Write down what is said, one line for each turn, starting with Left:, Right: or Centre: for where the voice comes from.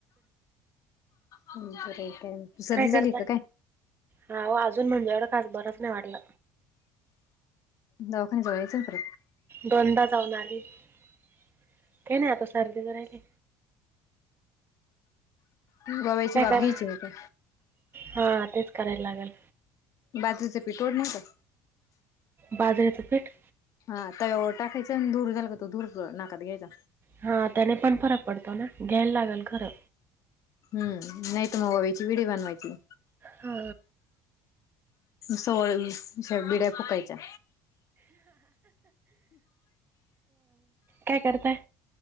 Left: बर काय तू सर्दी
Right: काय
Left: झाली
Right: करता
Left: का काय
Right: हा अजून म्हणज्याकडडे खास बरच नाही वाटला
Left: दवखन जळच फ
Right: दोनदा जाऊन आली काही नाही आता सर्दी तर राहिली
Left: बाबाईची
Right: काय
Left: बाबगीच
Right: करा
Left: का
Right: हा तेच करायला लागेल
Left: बाजूच पिठड नाही का
Right: बाजर यचा पेठ
Left: हा तवर टाकायचां आणि दूर झालं का तो दूर नाकात घ्यायचा
Right: हा त्याने पण फरक पडतो ना घ्यायला लागेल खरं
Left: हम्म नाही तर मग व वची व्हिडी बनवायची
Right: हो
Left: सवळ बिड्या फुकायच्या
Right: काय करताय